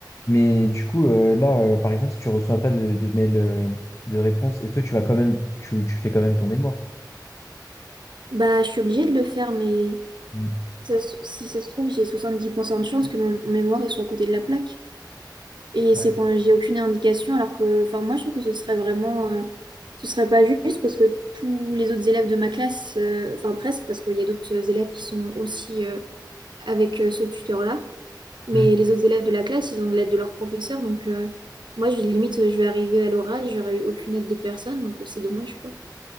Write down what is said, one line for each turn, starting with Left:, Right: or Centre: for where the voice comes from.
Left: Mais du coup, euh, là, euh, par exemple, si tu reçois pas de, de mail euh, de réponse, est-ce que tu vas quand même, tu, tu fais quand même ton mémoire?
Right: Bah, je suis obligée de le faire, mais
Left: Mm.
Right: ça se- si ça se trouve, j'ai 70% de chance que mon mon mémoire il soit à côté de la plaque. Et
Left: Ouais.
Right: c'est quand j'ai aucune indication, alors que, enfin, moi, je trouve que ce serait vraiment, euh, ce serait pas juste parce que tous les autres élèves de ma classe, euh, enfin, presque, parce qu'il y a d'autres élèves qui sont aussi, euh, avec euh, ce tuteur-là Mais
Left: Mm.
Right: les autres élèves de la classe, ils ont de l'aide de leur professeur. Donc, euh, moi, j'ai limite, euh, je vais arriver à l'oral et j'aurais eu aucune aide de personne. Donc, euh, c'est dommage, quoi.